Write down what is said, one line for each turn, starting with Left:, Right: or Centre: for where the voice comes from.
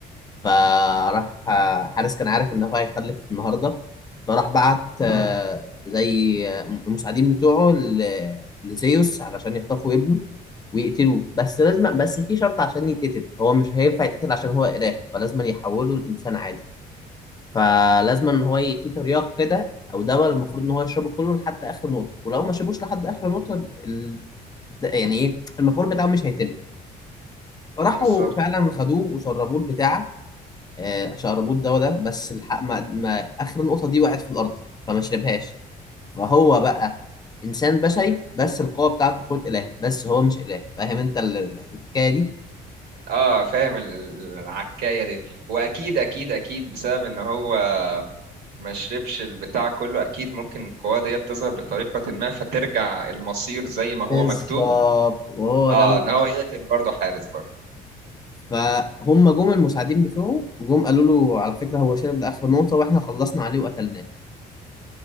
Left: فراح آه، حارس كان عارف ان هو هيخلف النهارده فراح بعت آه، زي المساعدين بتوعه ل- لزيوس علشان يخطفوا ابنه ويقتلوه بس لازم بس في شرط عشان يتقتل هو مش هينفع يتقتل عشان هو إله فلازم يحوله لإنسان عادي فلازم ان هو ي- في ترياق كده او دواء المفروض ان هو يشربه كله لحد اخر نقطه ولو ما شربوش لحد اخر نقطه ال... ده- يعني ايه المفعول بتاعه مش هيتم فراحوا
Right: بالظبط
Left: فعلا خدوه وشربوه البتاعه آه، شعربوط ده وده بس الحق ما, ما اخر النقطه دي وقعت في الارض فما شربهاش فهو بقى انسان بشري بس القوه بتاعته قوه اله بس هو مش اله فاهم انت ال- ال- الحكايه دي
Right: اه فاهم ال- ال- العكاية دي واكيد اكيد اكيد بسبب ان هو ما شربش البتاع كله اكيد ممكن القوة ديت تظهر بطريقة ما فترجع المصير زي ما هو
Left: بالظبط
Right: مكتوب
Left: وهو
Right: اه
Left: ده ال-
Right: ان هو يقتل برضه حارس برضه
Left: فهم جم المساعدين بتوعه جم قالوا له على فكره هو شرب لاخر نقطه واحنا خلصنا عليه وقتلناه